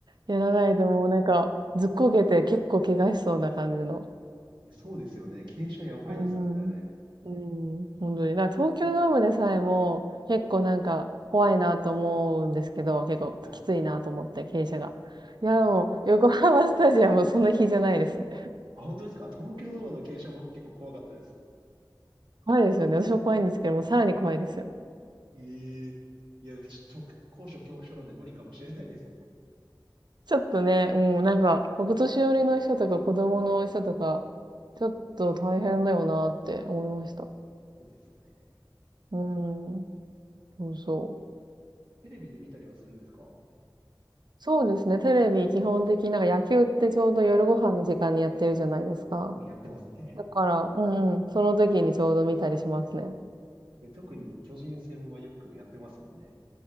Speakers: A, on the right; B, on the right.
A: やらないともうなんか、ずっこけて結構怪我しそうな感じの。
B: いやそうですよね。傾斜やばいですもんね、
A: うーん。
B: あれ。
A: うーん、本当になんか東京ドームでさえも、結構なんか、怖いなと思うんですけど、結構きついなと思って、
B: はい、
A: 傾斜が。いや、
B: はい。
A: でも、横浜スタジアムはそんなじゃないですね。
B: あ、本当ですか東京ドームの傾斜僕結構怖かったです。
A: <laughs> 怖いですよね。私も怖いんですけども、さらに怖いですよ。
B: ええいや、でもちょっと僕、高所恐怖症なんで無理かもしれないです。
A: ちょっとね、もうんなんか、お年寄りの人とか子供の人とか、ちょっと大変だよなって思いました。
B: そうですよね。
A: うーん。そうそう。
B: テレビで見たりはするんですか
A: そうですね、テレビ基本的になんか野球ってちょうど夜ご飯の時間にやってるじゃないですか。
B: やってますね。
A: だから、うんうん、その時にちょうど見たりしますね。
B: 確かに特に巨人戦はよくやってますもんね。